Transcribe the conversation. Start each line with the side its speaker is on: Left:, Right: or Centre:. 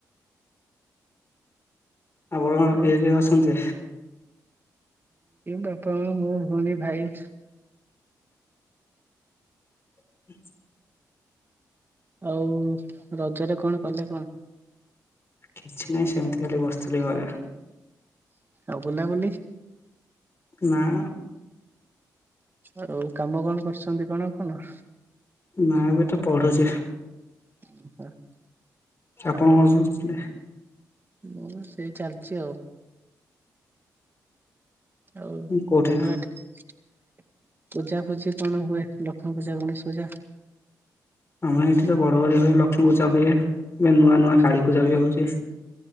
Left: ଆପଣଙ୍କ ଘରେ
Right: ଆଉ
Left: କିଏ କିଏ ଅଛନ୍ତି?
Right: ବାପା, ମା, ମୁଁ, ଭଉଣୀ ଭାଇ।
Left: <inaudible>
Right: ଆଉ ରଜରେ କଣ କଲେ କଣ
Left: କିଛି ନାହିଁ ସେମିତି ଖାଲି ବସିଥିଲି ଘରେ
Right: ଆଉ ବୁଲାବୁଲି
Left: ନାଁ
Right: ଆଉ କାମ କଣ କରୁଛନ୍ତି କଣ ଆପଣ
Left: ନାଁ ଏବେ ତ ପଢୁଛି।
Right: <unintelligible>
Left: ଆପଣ ସ <unintelligible>
Right: ମୁଁ ସେଇ ଚାଲିଛି ଆଉ ଆଉ
Left: କୋଉଠି
Right: ତମର ଏଠି ପୂଜା ପୂଜି କଣ ହୁଏ ଲକ୍ଷ୍ମୀ ପୂଜା ଗଣେଶ ପୂଜା
Left: ଆମ ଏଠି ତ ବଡ଼ ବଡ଼ି ହୁଏ ଲକ୍ଷ୍ମୀ ପୂଜା ହୁଏ ଏ ନୂଆ ନୂଆ କାଳୀ ପୂଜା ବି ହଉଛି।